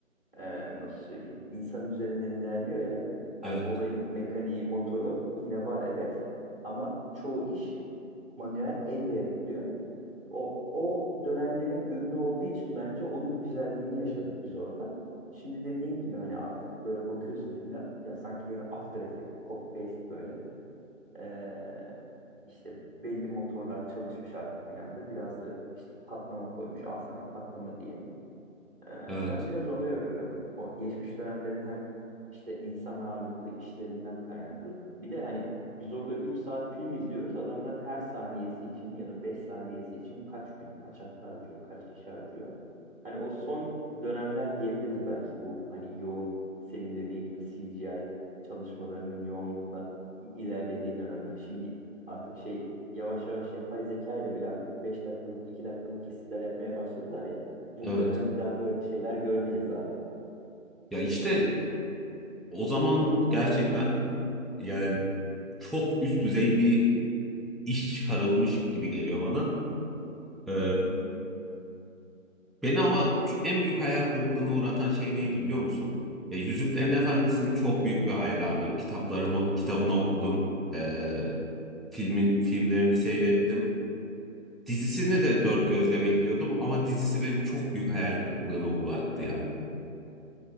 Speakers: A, on the right (about 45°); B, in the centre.
A: e, nasıl söyleyeyim insan üzerinden ilerliyor ya hani
B: Evet,
A: olayın mekaniği motoru yine var evet ama çoğu iş manuel elle yapılıyor. O, o dönemlerin ürünü olduğu için bence onun güzelliğini yaşadık biz orada. Şimdi dediğin gibi hani artık böyle bakıyorsun filme ya sanki böyle After Effects, copy paste böyle. Ee, işte belli motorlar çalışmış arka planda. Biraz da işte patlama koymuş. Al sana patlama diye. Ee,
B: evet,
A: Ben biraz ona yoruyorum. O geçmiş dönemlerin hem işte insan ağırlıklı işlerinden kaynaklı. Bir de hani biz orada 3 saat film izliyoruz. Adamlar her saniyesi için ya da 5 saniyesi için kaç gün, kaç hafta harcıyor, kaç kişi harcıyor. Hani o son dönemler diyebiliriz belki bu hani yoğun senin dediğin gibi CGI çalışmalarının yoğunlukla i- ilerlediği dönemler. Şimdi artık şey yavaş yavaş yapay zeka ile bile artık 5 dakikalık, 2 dakikalık kesitler yapmaya başladılar ya. Muhtemelen
B: evet.
A: bir daha böyle şeyler görmeyeceğiz abi.
B: Ya işte O zaman gerçekten yani çok üst düzey bir iş çıkarılmış gibi geliyor bana. Ee,
A: Hı hı.
B: beni ama en büyük hayal kırıklığına uğratan şey neydi biliyor musun? Ya, Yüzüklerin Efendisi'nin çok büyük bir hayranıyım. Kitaplarını, kitabını okudum. Ee, filmin filmlerini seyrettim. Dizisini de dört gözle bekliyordum ama dizisi beni çok büyük hayal kırıklığına uğrattı ya.